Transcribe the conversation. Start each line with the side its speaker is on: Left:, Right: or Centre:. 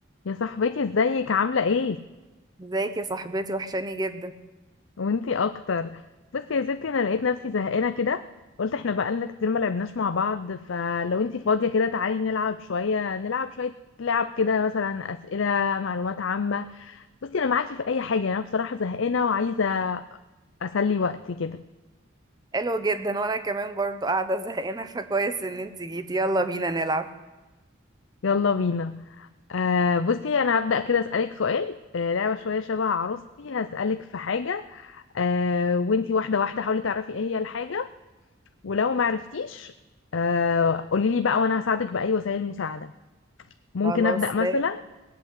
Left: يا صاحبتي ازيك عاملة ايه
Right: ازيك يا صاحبتي وحشاني جدا
Left: وانتي اكتر بصي يا ستي انا لقيت نفسي زهقانة كده قلت احنا بقالنا كتير ما لعبناش مع بعض فلو انتي فاضية كده تعالي نلعب شوية نلعب شوية لعب كده مثلا اسئلة معلومات عامة بصي انا معاكي في اي حاجة انا بصراحة زهقانة وعايزة اسلي وقتي كده
Right: حلو جدا وانا كمان برضو قاعده زهقانه فكويس ان انت جيتي يلا بينا نلعب
Left: يلا بينا آه بصي انا هبدأ كده اسألك سؤال آه لعبة شوية شبه عروستي هسألك في حاجة آه وانتي واحدة واحدة حاولي تعرفي ايه هي الحاجة ولو ما عرفتيش آه قولي لي بقى وانا هساعدك باي وسائل المساعده ممكن
Right: خلاص
Left: ابدا مثلا
Right: ده